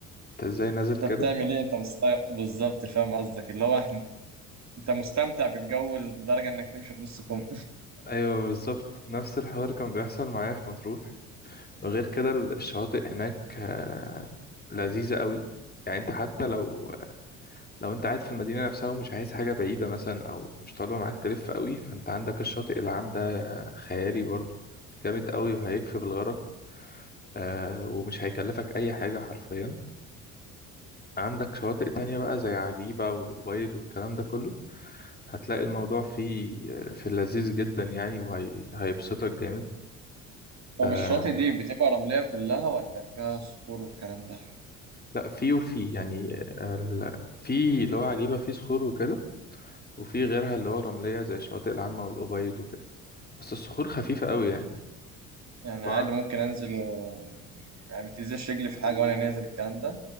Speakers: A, on the left; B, on the right.
A: انت ازاي نازل كده
B: انت بتعمل ايه انت مستمتع بالظبط فاهم قصدك اللي هو احنا انت مستمتع بالجو لدرجة انك تمشي بنص كم
A: ايوه بالظبط نفس الحوار كان بيحصل معايا في مطروح وغير كده الشواطئ هناك آه، لذيذة قوي يعني انت حتى لو لو انت قاعد في المدينة نفسها ومش عايز حاجة بعيدة مثلا او مش طالبة معاك تلف قوي فانت عندك الشاطئ العام ده خيالي برضو جامد قوي وهيكفي بالغرض آه، ومش هيكلفك اي حاجة حرفيا عندك شواطئ تانية بقى زي عجيبة والأبيض والكلام ده كله هتلاقي الموضوع فيه في اللذيذ جدا يعني وهيبسطك جامد
B: طب
A: آه
B: الشواطئ دي بتبقى رملية كلها ولا فيها صخور والكلام ده
A: لا فيه وفيه يعني آه، ال- في اللي هو عجيبة فيه صخور وكده وفي غيرها اللي هو رملية زي الشواطئ العامة والأبيض وكده بس الصخور خفيفة قوي يعني
B: يعني
A: هو-
B: عادي ممكن انزل و... يعني ما تنزلش رجلي في حاجة وانا نازل الكلام ده